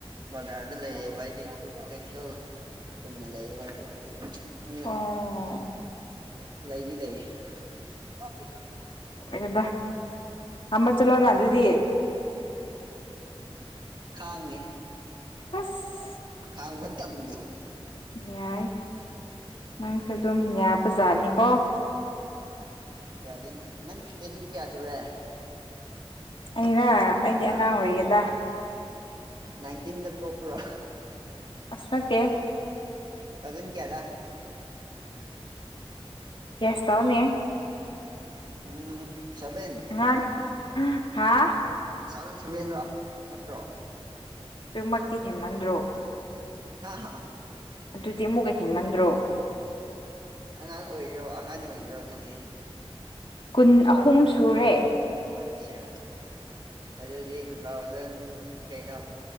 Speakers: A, on the right; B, on the left.
A: ꯕꯖꯥꯔꯗ ꯂꯩꯌꯦꯕ ꯍꯥꯏꯗꯤ ꯀꯩꯊꯦꯜ꯫ ꯆꯨꯝꯅ ꯂꯩꯌꯦꯕ ꯑꯗꯨ ꯎꯝ꯫
B: ꯑꯣ
A: ꯂꯩꯗꯤ ꯂꯩꯌꯦ꯫ <inaudible>
B: ꯑꯣꯏꯔꯦꯗ ꯊꯝꯕ ꯆꯠꯂꯣꯅ ꯑꯗꯨꯗꯤ
A: ꯈꯪꯒꯦ꯫
B: ꯑꯁ꯫
A: ꯈꯥꯡꯕ ꯇꯝꯒꯦ꯫
B: ꯌꯥꯏ ꯅꯪꯁꯨ ꯑꯗꯨꯝ ꯌꯥꯕ ꯖꯥꯠꯅꯤꯀꯣ꯫
A: ꯌꯥꯗꯦ ꯅꯪ ꯆꯍꯤ ꯀꯦꯌꯥꯁꯨꯔꯦ꯫
B: ꯑꯩꯔ ꯑꯩꯗꯤ
A: ꯑꯥ
B: ꯑꯉꯥꯡ ꯑꯣꯏꯔꯤꯗ
A: ꯅꯥꯏꯟꯇꯤꯟꯗ ꯄꫭꯛꯄꯔꯣ
B: ꯑꯁ ꯅꯠꯇꯦ
A: ꯊꯥꯖꯟ ꯀꯌꯥꯗ
B: ꯒꯦꯁ ꯇꯥꯎꯅꯦ
A: ꯎꯝ ꯁꯕꯦꯟ
B: ꯉꯥꯡ ꯍꯥꯥ
A: ꯇꯨꯊꯥꯎꯖꯟ ꯁꯕꯦꯟ꯭ꯔꯣ ꯅꯠꯇ꯭ꯔꯣ
B: ꯑꯗꯨꯃꯛꯇꯤ ꯍꯦꯟꯃꯟꯗ꯭ꯔꯣ
A: ꯍꯥ
B: ꯑꯗꯨꯗꯤ ꯑꯃꯨꯛꯀ ꯍꯦꯟꯃꯟꯗ꯭ꯔꯣ
A: ꯑꯉꯥꯡ ꯑꯣꯏꯔꯤꯔꯣ ꯑꯍꯟ ꯑꯣꯏꯔꯤꯔꯣ ꯑꯗꯨꯗꯤ
B: ꯀꯨꯟ ꯑꯍꯨꯝ ꯁꯨꯔꯦ
A: ꯑꯆꯥ ꯑꯗꯨꯗꯤ ꯇꯨ ꯊꯥꯎꯖꯟ ꯀꯩꯅꯣ